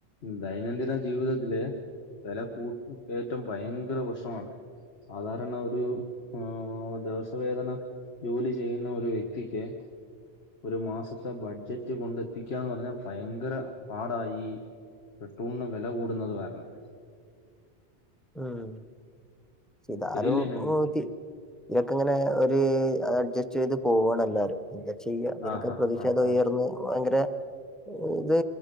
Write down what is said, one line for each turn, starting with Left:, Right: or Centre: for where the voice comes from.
Left: ദൈനംദിന ജീവിതത്തിലെ വെല കൂ കേറ്റം ഭയങ്കര പ്രശ്നമാണ് സാധാരണ ഒരു ആ ദിവസവേദന ജോലി ചെയ്യുന്ന ഒരു വ്യക്തിക്ക് ഒരു മാസത്തെ ബഡ്ജറ്റ് കൊണ്ടെത്തികാന്ന് പറഞ്ഞ ഭയങ്കര പാടാ ഈ പെട്രോളിന് വെല കൂടുന്നത് കാരണം
Centre: ഉം ഇതാരോ
Left: ശരിയല്ലേ ഞാൻ പറഞ്ഞെ?
Centre: <unintelligible> ഇതൊക്കെങ്ങനെ ഒരു അഡ്ജസ്റ്റെയ്ത് പോവാണെല്ലാരും എന്താ ചെയ്യ ഇതിനൊക്കെ
Left: ആഹാ
Centre: പ്രതിഷേധൊയർന്ന്
Left: ആഹാ
Centre: ഭയങ്കര ഇത്